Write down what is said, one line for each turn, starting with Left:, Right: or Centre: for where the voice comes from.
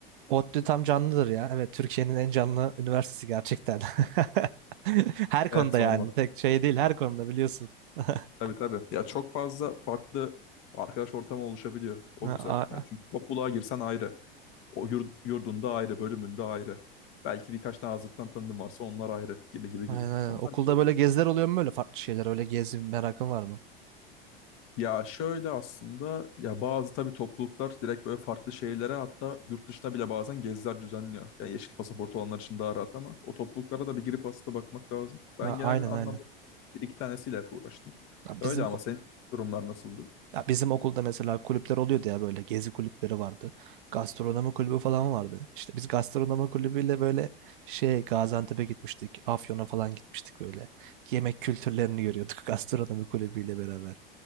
Right: ODTÜ tam canlıdır ya. Evet Türkiye'nin en canlı üniversitesi gerçekten. <laughs> Her
Left: Evet
Right: konuda
Left: sorma.
Right: yani. Tek şey değil her konuda biliyorsun. <laughs>
Left: Tabii tabii. Ya çok fazla farklı arkadaş ortamı oluşabiliyor. O
Right: Ha,
Left: güzel.
Right: a-
Left: Yani çünkü topluluğa girsen ayrı. O yurt, yurdunda ayrı, bölümünde ayrı. Belki birkaç tane hazırlıktan tanıdığın varsa onlar ayrı gibi gibi
Right: Aynen
Left: gibi.
Right: aynen.
Left: Onlar
Right: Okulda
Left: güzel oluyor.
Right: böyle geziler oluyor mu böyle farklı şeyler? Öyle gezi merakın var mı?
Left: Ya şöyle aslında ya bazı tabii topluluklar direkt böyle farklı şehirlere hatta yurt dışına bile bazen geziler düzenliyor. Yani yeşil pasaport olanlar için daha rahat ama o topluluklara da bir girip aslında bakmak lazım. Ben
Right: Ha,
Left: genel
Right: aynen
Left: anlamda
Right: aynen.
Left: bir iki tanesiyle hep uğraştım.
Right: Ya
Left: Öyle
Right: Bizim
Left: ama senin durumlar nasıldı?
Right: Ya bizim okulda mesela kulüpler oluyordu ya böyle gezi kulüpleri vardı. Gastronomi kulübü falan vardı. İşte biz gastronomi kulübüyle böyle şey Gaziantep'e gitmiştik. Afyon'a falan gitmiştik böyle. Yemek kültürlerini görüyorduk <laughs> gastronomi kulübüyle beraber.